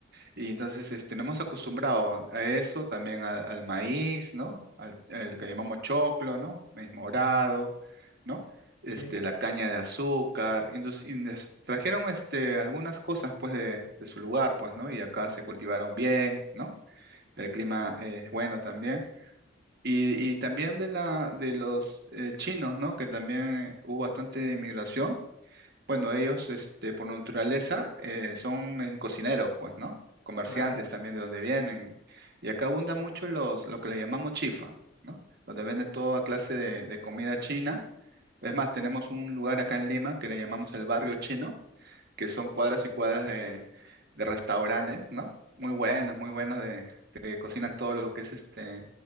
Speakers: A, on the right; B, on the left.
A: y entonces este, nos hemos acostumbrado a eso, también al, al maíz, ¿no? Al, al que llamamos choclo, ¿no? Maíz morado,
B: ah,
A: ¿no? Este,
B: Sí,
A: la caña de azúcar. Indus- indes- trajeron este, algunas cosas, pues, de, de su lugar, pues, ¿no? Y acá se cultivaron bien, ¿no? El clima eh, es bueno también. Y, y también de, la, de los eh, chinos, ¿no? Que también eh, hubo bastante migración bueno, ellos, este, por naturaleza, eh, son eh, cocineros, pues, ¿no? Comerciantes
B: claro.
A: también de donde vienen. Y acá abundan mucho los, lo que le llamamos chifa, ¿no? Donde venden toda clase de, de comida china. Es más, tenemos un lugar acá en Lima que le llamamos el barrio chino, que son cuadras y cuadras de, de restaurantes, ¿no? Muy buenos, muy buenos de, que cocinan todo lo que es este